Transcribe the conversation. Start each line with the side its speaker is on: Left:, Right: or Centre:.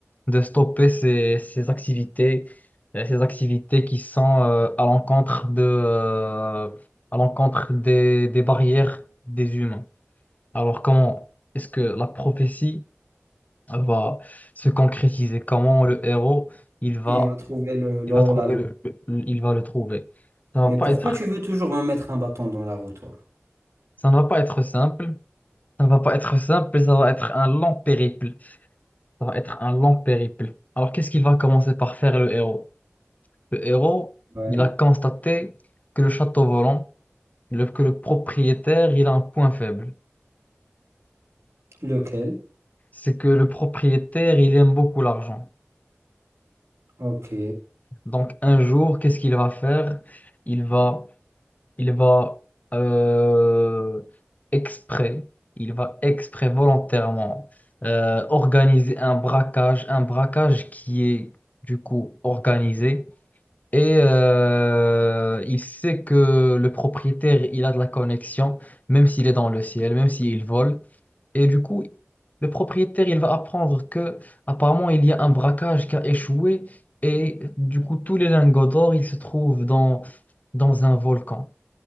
Left: de stopper ces, ces activités, euh, ces activités qui sont euh, à l'encontre de, euh, à l'encontre des, des barrières des humains. Alors comment est-ce que la prophétie va se concrétiser? Comment le héros il va,
Right: il va trouver le l'or
Left: il va trouver
Right: la
Left: le, le- il va le trouver? Ça va
Right: Mais
Left: pas
Right: pourquoi
Left: être,
Right: tu veux toujours me mettre un bâton dans la roue, toi?
Left: ça ne va pas être simple. Ça ne va pas être simple, ça va être un long périple. Ça va être un long périple. Alors, qu'est-ce qu'il va commencer par faire le héros? Le héros,
Right: Ouais.
Left: il a constaté que le château volant, le- que le propriétaire, il a un point faible.
Right: Lequel?
Left: C'est que le propriétaire, il aime beaucoup l'argent.
Right: Ok.
Left: Donc, un jour, qu'est-ce qu'il va faire? Il va il va euh, exprès, il va exprès volontairement euh, organiser un braquage, un braquage qui est du coup organisé. Et euh, il sait que le propriétaire, il a de la connexion, même s'il est dans le ciel, même s'il vole. Et du coup, le propriétaire, il va apprendre que apparemment il y a un braquage qui a échoué. Et du coup, tous les lingots d'or, ils se trouvent dans, dans un volcan.